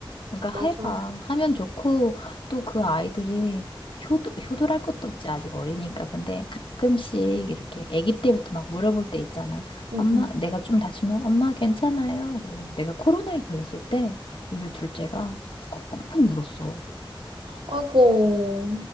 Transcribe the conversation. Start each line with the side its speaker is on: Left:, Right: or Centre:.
Left: 그러니까
Right: 맞아.
Left: 해봐. 하면 좋고, 또 그 아이들이 효도, 효도랄 것도 없지. 아직 어리니까. 근데 가끔씩 이렇게 아기 때부터 막 물어볼 때 있잖아.
Right: 응응
Left: 엄마, 내가 좀 다치면 엄마 괜찮아요. 그리고 내가 코로나에 걸렸을 때 우리 둘째가 엄청 울었어.
Right: 아이고,